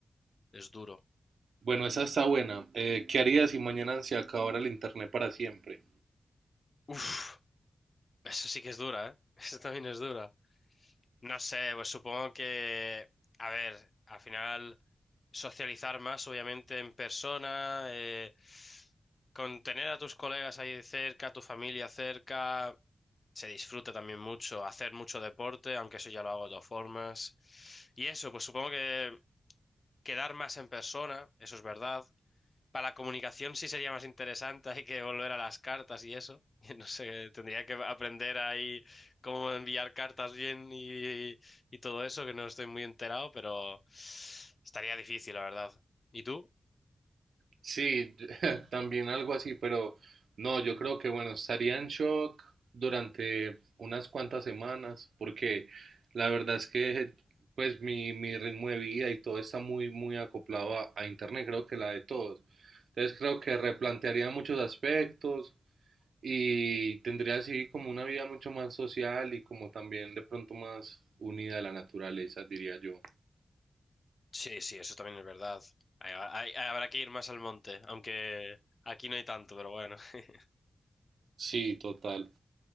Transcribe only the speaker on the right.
Bueno, esa está buena. Eh, ¿qué harías si mañana se acabara el internet para siempre?
Sí, <laughs> también algo así, pero no, yo creo que bueno, estaría en shock durante unas cuantas semanas, porque la verdad es que pues mi, mi ritmo de vida y todo está muy, muy acoplado a, a internet, creo que la de todos. Entonces creo que replantearía muchos aspectos y tendría así como una vida mucho más social y como también de pronto más unida a la naturaleza, diría yo.
Sí, total.